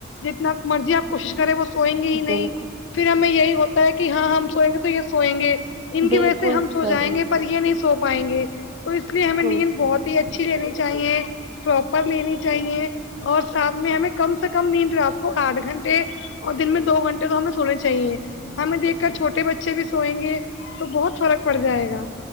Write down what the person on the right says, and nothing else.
بالکل
بالکل
صحیح
بالکل
صحیح